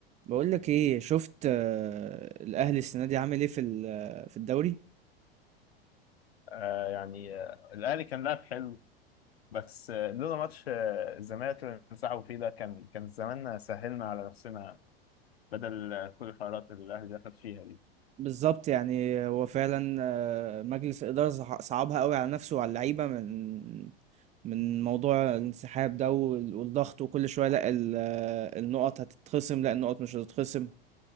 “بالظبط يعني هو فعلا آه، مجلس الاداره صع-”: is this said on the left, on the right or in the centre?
Right